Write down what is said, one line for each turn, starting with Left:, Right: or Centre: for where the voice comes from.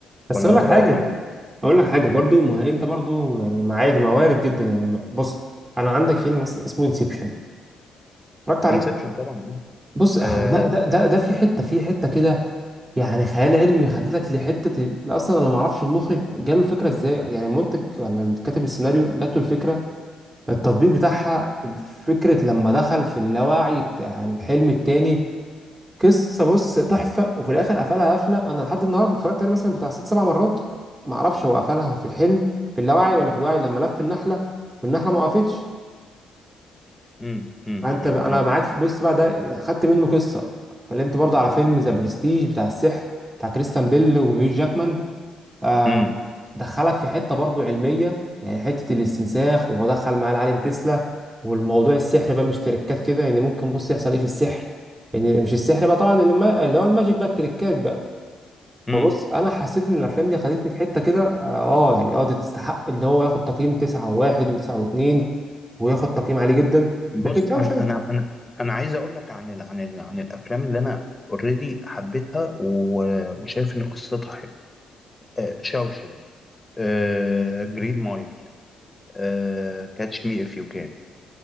Right: بس
Left: ولا
Right: اقول
Left: أنت
Right: لك
Left: رأيك
Right: حاجه
Left: إيه؟
Right: اقول لك حاجه برضه ما هي انت برضه يعني ما عادي ما وارد جدا يعني ما- بص انا عندك فيلم مثلا اسمه انسبشن اتفرجت عليه
Left: انسبشن طبعا
Right: بص اهو
Left: آه،
Right: ده ده ده ده في حته في حته كده يعني خيال علمي خدتك لحتة ال- أصلا أنا معرفش المخرج جاله الفكرة إزاي يعني المنتج ولا اللي كاتب السيناريو جاته الفكرة التطبيق بتاعها الفكرة لما دخل في اللاوعي بتاع الحلم التاني قصة بص تحفة وفي الآخر قفلها قفلة أنا لحد النهاردة اتفرجت عليه مثلا بتاع ست سبع مرات معرفش هو قفلها في الحلم في اللاوعي ولا في الوعي لما لف النحلة والنحلة ما وقفتش
Left: مم، مم،
Right: أنت
Left: مم،
Right: أنا
Left: مم،
Right: معاك في- بص بقى ده خدت منه قصة اتكلمت برضه على فيلم ذا برستيج بتاع السحر بتاع كريستيان بيل وهيو جاكمان آه،
Left: مم،
Right: دخلك في حته برضو علميه يعني حته الاستنساخ وهو دخل معاه العالم تسلا والموضوع السحر بقى مش تريكات كده يعني ممكن بص يحصل ايه في السحر يعني مش السحر بقى طبعا اللي ما- اللي هو الماجيك بقى التريكات بقى
Left: مم.
Right: فبص انا حسيت ان الافلام دي خدتني في حته كده اه آه، يعني اه دي تستحق ان هو ياخد تقييم 9 و1 و9 و2 وياخد تقييم عالي جدا
Left: بص
Right: لكن شاوشانك
Left: انا انا انا انا عايز اقول لك عن ال عن ال عن الافلام اللي انا اوريدي حبيتها و- وشايف ان قصتها حلوه آه شاوشن آه جرين مايل آه كاتش مي اف يو كان